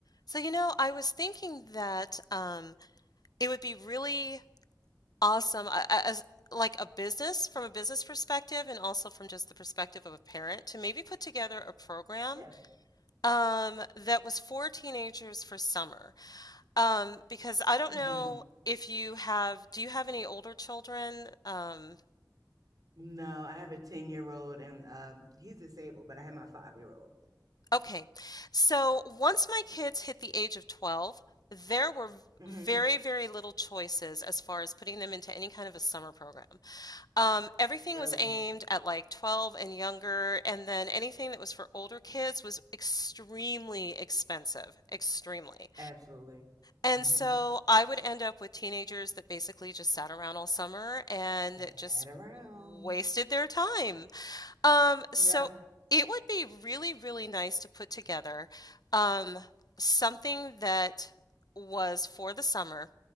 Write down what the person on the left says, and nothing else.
So, you know, I was thinking that um, it would be really awesome uh, uh, as like a business from a business perspective and also from just the perspective of a parent to maybe put together a program
um, that was for teenagers for summer. Um, because I don't
know if you have, do you have any older children? Um,
okay. So once my kids hit the age of 12, there were
very, very little choices as far as putting them into any kind of a summer program. Um, everything
was aimed at like 12 and younger, and then anything that was for older kids was extremely expensive, extremely.
And
so I would end up with teenagers that basically just sat around all summer and
just
wasted their time. Um, so
it would be really, really nice to put together um, something that was for the summer,